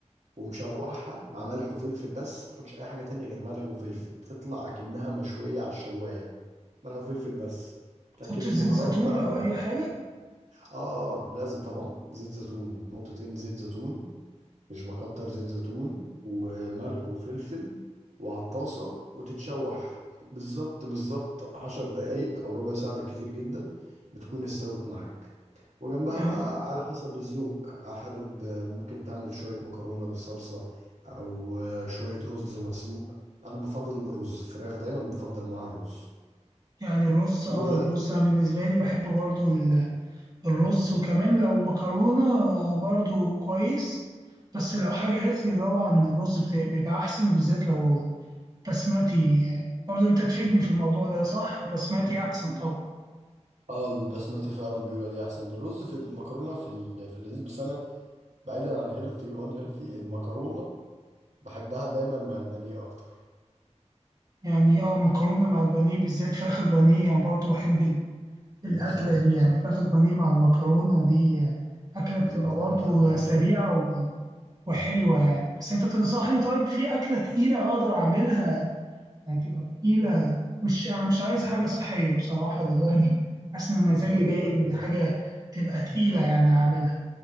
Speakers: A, on the right; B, on the right.
A: ومشوحها مع ملح وفلفل بس ما تحطش اي حاجه تانية غير ملح وفلفل بتطلع اكنها مشويه على الشوايه ملح وفلفل بس
B: ما
A: لكن
B: تحطش
A: البهارات
B: زيت زيتون
A: بقى
B: او
A: و...
B: اي حاجه
A: اه آه، لازم طبعا زيت زيتون نقطتين زيت زيتون مش بكتر زيت زيتون وملح وفلفل وعلى الطاسة وتتشوح بالظبط بالظبط عشر دقايق أو ربع ساعة بالكتير جدا بتكون استوت معاك وجنبها
B: يعني
A: بقى على حسب الذوق حابب ممكن تعمل شوية مكرونة بالصلصة أو شوية رز مسلوق أنا بفضل الرز فراخ دايما بفضل معاها الرز
B: يعني الرز
A: و...
B: اه الرز أنا بالنسبه لي بحب برضو ال- الرز وكمان لو مكرونه آه، برضو كويس بس لو حاجه هيلثي طبعا الرز بت- بيبقى احسن بالذات لو بسماتي برضه انت تفيدني في الموضوع ده صح البسماتي
A: <laughs>
B: احسن طبعا
A: اه البسمتي فعلا بيقول عليه احسن الرز في المكرونه في ال... في اللذيذ بس انا بعيدا عن هيلثي وان هيلثي المكرونه بحبها دايما مع البانيه اكتر
B: يعني اه مكرونه مع البانيه بالذات فراخ البانيه يعني برضه بحب ال- الاكله
A: بالظبط
B: دي يعني فراخ البانيه مع المكرونه دي اكله بتبقى
A: بالظبط
B: برضه
A: لو تعمل
B: سريعه و- وحلوه يعني بس انت تنصحني طيب في اكله تقيله اقدر اعملها يعني تبقى تقيله مش انا مش عايز حاجه صحيه بصراحه دلوقتي حاسس ان
A: تقيل
B: مزاجي
A: انت
B: جاي
A: مم.
B: من حاجه تبقى تقيله يعني اعملها